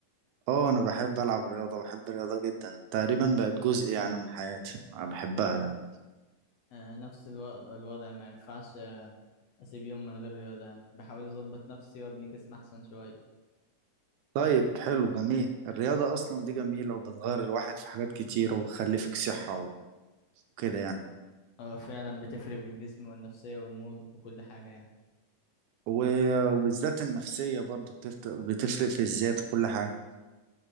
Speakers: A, on the right; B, on the left.
A: اه انا بحب العب رياضة بحب الرياضة جدا تقريبا بقت جزء يعني من حياتي انا بحبها يعني
B: آه نفس الو... الوضع ما ينفعش آه، اسيب يوم من غير رياضة يعني بحاول اظبط نفسي وابني جسم احسن شوية
A: طيب حلو جميل الرياضة اصلا دي جميلة وبتغير الواحد في حاجات كتيرة وبتخلي فيك صحة وكده يعني
B: هو فعلا بتفرق في الجسم والنفسية والمود وكل حاجة يعني
A: و- والذات النفسية برضو بتفت- بتفرق في الذات وكل حاجة